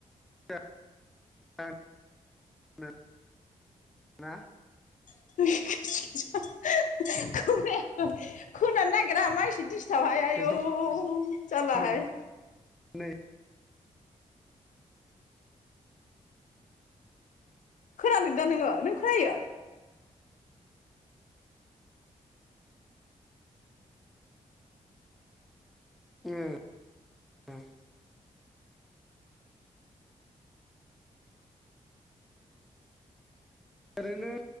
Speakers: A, in the centre; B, on the left.
A: होनो <unintelligible>
B: <unintelligible>
A: उम
B: खोनाया खोनानो नागिरा मा इसि दिस दिसथाबहाय आयौ
A: बेनोथ'
B: जारलाहाय
A: मोन नै
B: खोनादों दा नोङो नों खोनायो?
A: ओ ओ। ओरैनो